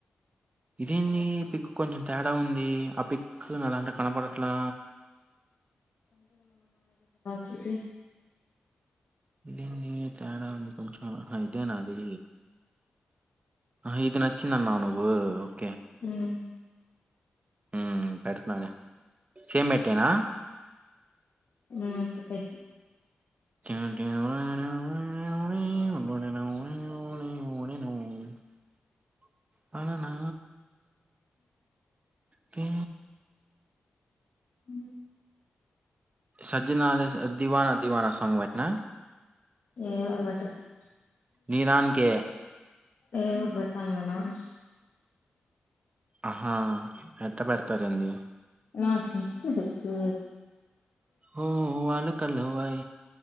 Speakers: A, on the right (about 35°); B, on the left (about 65°).
A: ఇదేంది పిక్ కొంచెం తేడా ఉంది ఆ పిక్ నా దాంటా కనపడట్లా
B: చితేప్
A: ఇదేంది తేడా ఉంది కొంచెం ఇదేనా అది ఆ ఇది నచ్చింద అన్నా నువ్వు ఓకే
B: హ్మ్
A: ఊ పెడుతున్నాడ సేమ్ పెట్టేనా
B: ఆ ఒకటే
A: <unintelligible> అననా కీ
B: ఊ
A: సజ్జనాల దివానా దివానా సంగ్ వెట్నా
B: ఏదోకటి పెట్టు
A: నీ దానికే.
B: ఏ ఊర్బట్టంగనా ఊ
A: ఆహా! ఎట్ట పెడతారేంది?
B: నాకి ఇట్ల దెల్సు
A: ఒ వాళ్లు కళ్ళు వై